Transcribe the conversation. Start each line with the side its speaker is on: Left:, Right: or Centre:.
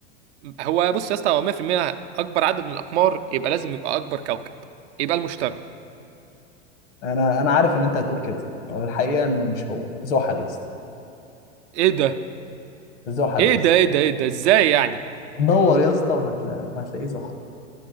Right: هو بص يا اسطى هو 100% اكبر عدد من الاقمار يبقى لازم يبقى اكبر كوكب يبقى المشتري
Left: انا انا عارف ان انت هتقول كده هو الحقيقة انه مش هو زحل يا اسطى
Right: ايه ده
Left: زحل
Right: ايه
Left: يا اسطى
Right: ده ايه ده ايه ده ازاي يعني
Left: دور يا اسطى وهتلاقي وهتلاقيه زحل